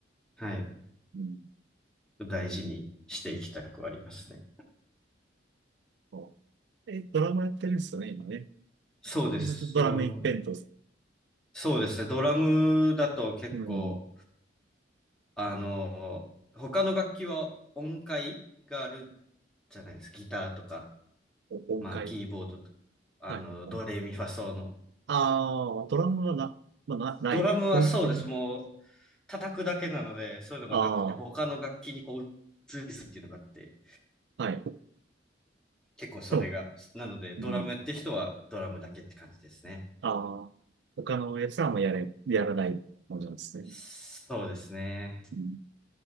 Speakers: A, in the centre; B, on the right (about 65°).
A: はい、
B: うん
A: 大事にしていきたくはありますね。
B: そうえ、ドラマやってるんですよね、今ね。
A: そうです、
B: ずっとドラマ一辺と。
A: ドラム。そうですね、ドラムだと結構、
B: うん。
A: あの、他の楽器は音階があるじゃないですか。ギターとか、
B: お音階。
A: まあ、キーボードとか、あの、
B: はいはいはい。
A: ドレミファソの。
B: ああ、ドラマはな、まあ、な、ない。
A: ドラムはそうです。
B: 基本的に。
A: もう、叩くだけなので、そういうのがなくて、
B: あ
A: 他の楽器にこう、移りすっていうのがあって、
B: あ、はい。
A: 結構それが、
B: そ
A: なので、ドラムやってる人はドラムだけって感じですね。
B: う。うん。ああ、他のやつはもうやれ、やらないもんじゃんですね。
A: そうですね。
B: うん。